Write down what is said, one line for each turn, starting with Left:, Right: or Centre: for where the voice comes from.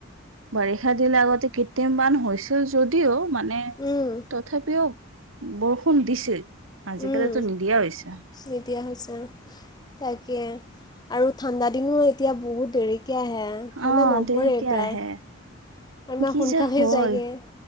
Right: বাৰিষা দিলে আগতে কৃত্ৰিম বান হৈছিল যদিও মানে
Left: উম,
Right: তথাপিও বৰষুণ ষুন দিছে। আজিকালি
Left: উম,
Right: তো নিদিয়া হৈছে।
Left: নিদিয়া হৈছে। তাকে। আৰু ঠাণ্ডাদিনো এতিয়া বহুত দেৰিকে আহে ঠাণ্ডা
Right: অ',
Left: নপৰে
Right: দেৰিকে
Left: প্ৰায়।
Right: আহে
Left: আৰু ইমান
Right: কি
Left: সোনকালে
Right: যে হ'ল
Left: যায়গৈ